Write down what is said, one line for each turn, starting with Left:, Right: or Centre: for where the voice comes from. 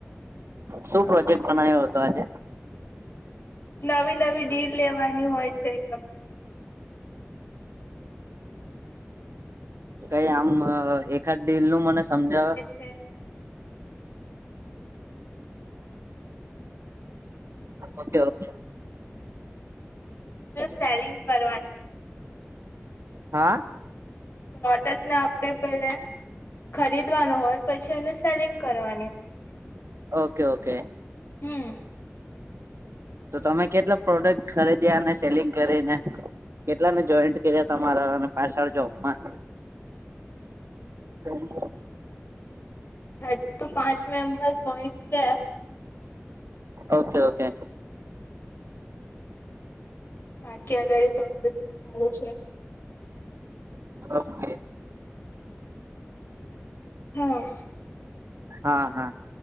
Right: શું પ્રોજેક્ટ બનાવ્યો હતો આજે
Left: નવી નવી ડીલ લેવાની હોય છે કંપનીમાં
Right: કઈ આમ એકાદ દિલ નું મને સમજાવે
Left: હૈ
Right: ઓકે ઓકે
Left: સેલિંગ કરવાની હોય
Right: હા
Left: પ્રડકને આપડે પેલે ખરીદવાનું હોય પછી એને સેલિંગ કરવાની હોય
Right: ઓકે ઓકે
Left: હમ
Right: તો તમે કેટલા પ્રોડક્ટ ખરીદ્યા અને સેલિંગ કરીને કેટલા ને જોઈન્ટ કર્યા તમારા અને પાછળ જોબમાં <unintelligible>
Left: હજુ તો પાંચ મેમ્બર જોઈન છે
Right: ઓકે ઓકે
Left: બાકી અગળ પ્રોસેસિંગ ચાલુ છે
Right: ઓકે
Left: હમ્મ
Right: હા હા